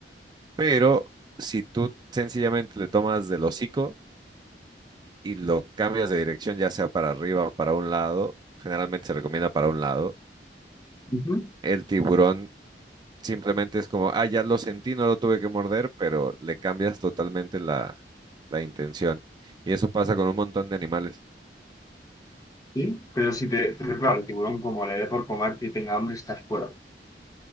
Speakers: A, on the right; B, on the left.
A: Pero si tú sencillamente le tomas del hocico, y lo cambias de dirección, ya sea para arriba o para un lado, generalmente se recomienda para un lado,
B: ujú.
A: el tiburón simplemente es como, ah, ya lo sentí, no lo tuve que morder, pero le cambias totalmente la, la intención. Y eso pasa con un montón de animales.
B: Sí, pero si te, pero claro, el tiburón como le dé por comer y tenga hambre, estás fuera.